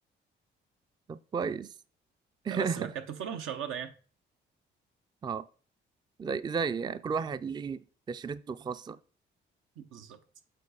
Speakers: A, on the right; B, on the right.
A: طب كويس <laughs>
B: لا بس بقى كانت طفولة مشردة يعني
A: اه زي زي يعني كل واحد ليه تشريطه الخاصة
B: بالظبط